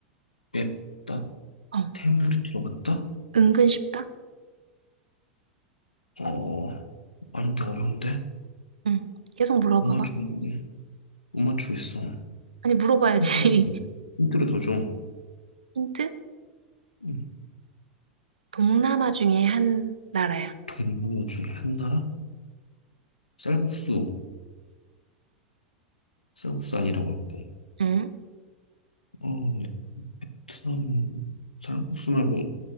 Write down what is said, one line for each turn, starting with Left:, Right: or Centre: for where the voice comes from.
Left: 맵다?
Right: 어,
Left: 해물이 들어갔다?
Right: 은근 쉽다?
Left: 어, 아닌데, 어려운데?
Right: 응. 계속 물어봐봐.
Left: 못 맞추겠는데? 못 맞추겠어.
Right: 아니, 물어봐야지.
Left: 힌트를 더 줘.
Right: <laughs>
Left: 힌트를 더 줘.
Right: 힌트?
Left: 음,
Right: 동남아 중에 한 나라야.
Left: 동남아 중에 한 나라? 쌀국수. 쌀국수 아니라고 했고.
Right: 응?
Left: 어, 베트남, 쌀국수 말고